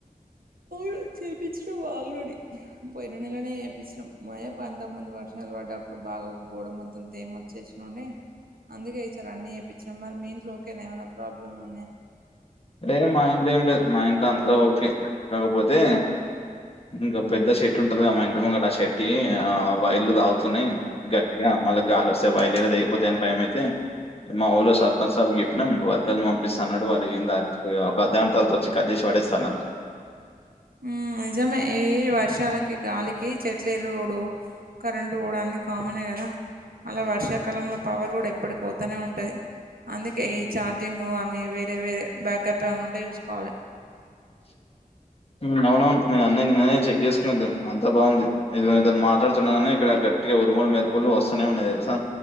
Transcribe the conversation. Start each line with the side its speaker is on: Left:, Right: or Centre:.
Right: ఉ చెప్పిచ్చినం ఆల్రెడీ పోయిననేలనే చేపిచ్చినం మొయే పంతకముందు వర్షాల్ పడ్డప్పుడు బాగా ఒకగోడ మొత్తం తేమొచ్చేసినుండే అందుకే ఈసారి అన్ని చేపించినం మరి మీ ఇంట్లో ఓకేనా ఏమైనా ప్రాబ్లమ్లున్నయ
Left: లే మా ఇంట్లేమ్లేదు మా ఇంట్లో అంతా ఓకే కాకపోతే ఇంకా పెద్ద షర్ట్ ఉంటది మా ఇంటి ముంగట ఆ షెట్టి ఆ వైర్లు తాగుతునేయి గట్టిగా మళ్ళ గాలోస్తే వైర్లేడా తెగిపోతయని బయమైతే నే మా ఊళ్ళో సర్పంచిసాబ్కి జెప్పినం వర్కర్ని వంపిస్తాన్నడు వాళ్ళు ఏందని పోయ్ ఒక అద్ధగంట తర్వాతోచ్చి కట్జెషి వడెస్తన్నరు
Right: ఊమ్ ఇజమే యియి వర్షాలకి గాలికి చెట్లు ఇరుగుడు కరెంటు ఓవుడన్ని కామనే గదా అలా వర్షాకాలంలో పవర్ గూడా ఎప్పుడు పోతనే ఉంటది అందుకే ఈ ఛార్జింగ్ అని వేరే వేరే బ్యాకప్ ఏమన్నుంటే చూసుకోవలె
Left: <inaudible> ఉమ్ అవునవును నే అన్నయ నినే చెక్ చేసుకున్నది అంతా బాగుంది ఇదిగో నీతో మాట్లాడుతున్నగని ఇక్కడగత్ ట్టిగ ఉరుములు మెరుపులు వస్తూనే ఉన్నాయి తెలుసా